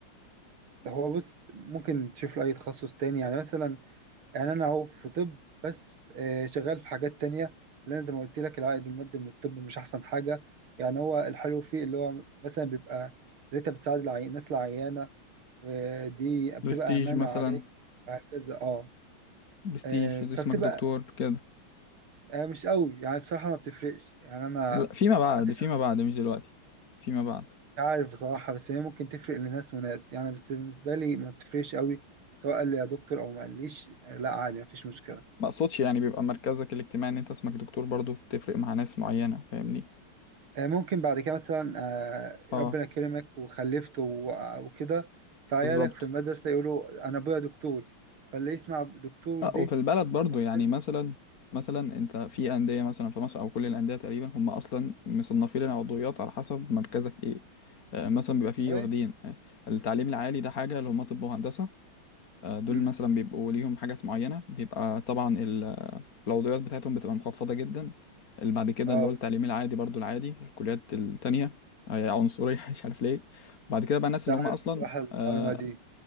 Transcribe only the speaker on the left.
برستيج
مثلا
برستيج
ده
اسمك دكتور كده
لا فيما بعد
فيما بعد مش دلوقتي فيما بعد
ما اقصدش يعني بيبقى مركزك الاجتماعي ان انت اسمك دكتور برضو بتفرق مع ناس معينة فاهمني
اه
بالظبط
اه
وفي البلد برضو
يعني مثلا مثلا انت في اندية مثلا في مصر او كل الاندية تقريبا هم اصلا مصنفين العضويات على حسب مركزك ايه آه مثلا بيبقى فيه
واخدين آه، التعليم العالي ده حاجة اللي هم طب وهندسة آه، دول
مثلا بيبقوا ليهم حاجات معينة بيبقى طبعا ال- العضويات بتاعتهم بتبقى مخفضة جدا اللي بعد كده
اللي هو التعليم العادي برضو العادي الكليات التانية هي عنصرية <laughs> مش عارف ليه بعد كده بقى الناس
اللي
هم أصلا
آه،